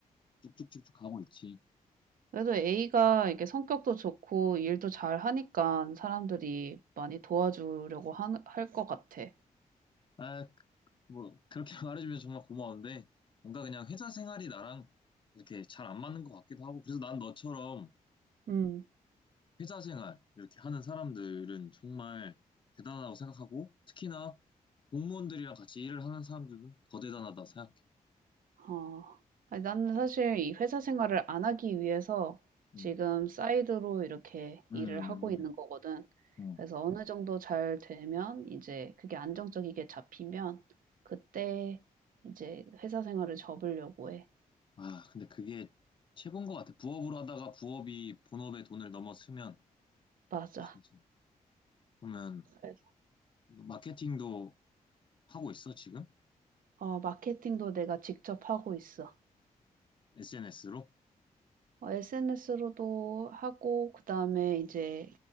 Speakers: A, on the left; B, on the right.
A: 쭉쭉쭉쭉 가고 있지.
B: 그래도 A가 이게 성격도 좋고 일도 잘 하니까 사람들이 많이 도와주려고 할 것 같아.
A: 아, 뭐 그렇게 <laughs> 말해주면 정말 고마운데 뭔가 그냥 회사 생활이 나랑 이렇게 잘 안 맞는 것 같기도 하고 그래서 난 너처럼
B: 음.
A: 회사 생활 이렇게 하는 사람들은 정말 대단하다고 생각하고 특히나 공무원들이랑 같이 일을 하는 사람들은 더 대단하다 생각해.
B: 어, 아니, 나는 사실 이 회사 생활을 안 하기 위해서 지금
A: 음,
B: 사이드로 이렇게
A: 음,
B: 일을 하고 있는
A: 음.
B: 거거든.
A: 음.
B: 그래서
A: 음.
B: 어느 정도 잘 되면 이제 그게 안정적이게 잡히면 그때 이제 회사 생활을 접으려고 해.
A: 아, 근데 그게 최고인 것 같아. 부업으로 하다가 부업이 본업에 돈을 넘어서면
B: 맞아.
A: 진짜. 그러면
B: 그래서
A: 마케팅도 하고 있어 지금?
B: 어, 마케팅도 내가 직접 하고 있어.
A: SNS로?
B: 어 SNS로도 하고 그다음에 이제